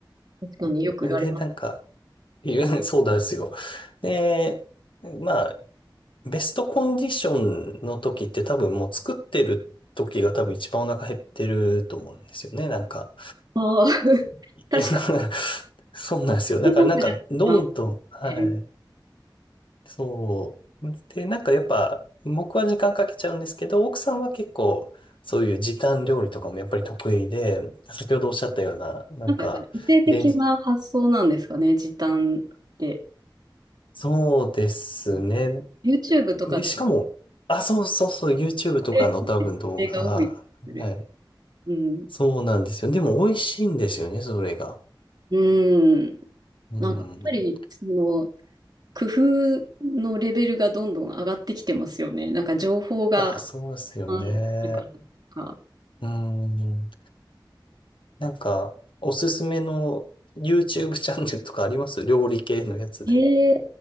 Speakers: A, on the right; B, on the left.
A: す。確かによく言われます。
B: で、なんか、いう <laughs> そうなんですよ。で、まあ、ベストコンディションの時って多分もう作ってる時が多分一番お腹減ってると思うんですよね、なんか。
A: ああ、<laughs>
B: いや、
A: 確かに。
B: <laughs> そうなんですよ。だからなんか、
A: だから
B: どんどん、はい。
A: 減る。
B: そう。で、なんかやっぱ、僕は時間かけちゃうんですけど、奥さんは結構、そういう時短料理とかもやっぱり得意で、先ほどおっしゃったような、なんか、
A: なんかやっぱり理性的な発想なんですかね、
B: で、
A: 時短って。
B: そうですね。
A: うん YouTube とかで見
B: で、しかも、あ、そうそうそう、YouTube とかの多分動画、
A: てる人って女性が多い気がする。
B: はい。
A: うん。
B: そうなんですよ。でも美味しいんですよね、それが。
A: うん。
B: うん。
A: なんかやっぱり、その、工夫のレベルがどんどん上がってきてますよね。なんか情報が、
B: あ、そうですよね。
A: あるからか。
B: うん。なんか、おすすめの YouTube チャンネルとかあります料理系のやつで。
A: へえ。